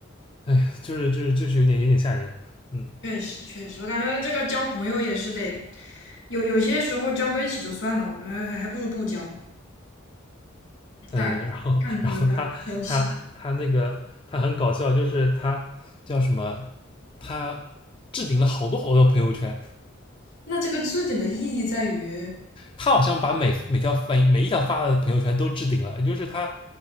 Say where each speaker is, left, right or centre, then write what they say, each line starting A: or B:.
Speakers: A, on the left; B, on the left.
A: 哎，就是就是就是有点有点吓人，嗯
B: 确实，确实，我感觉这个交朋友也是得有有些时候交到一起就算了，我还还还不如不交，
A: 嗯，
B: 大家看多有点儿交心。
A: 然后然后他他他那个他很搞笑，就是他叫什么，他置顶了好多好多朋友圈，
B: 那这个置顶的意义在于，
A: 他好像把每每条每每一条发的朋友圈都置顶了，也就是他